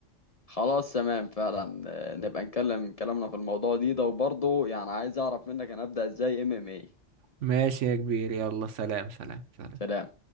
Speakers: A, on the left; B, on the right.
A: خلاص تمام فعلا آه، نبقى نكلم كلامنا في الموضوع دي ده وبرضه يعني عايز اعرف منك انا ابدأ ازاي ام ام اي
B: ماشي يا كبير يلا سلام سلام سلام
A: سلام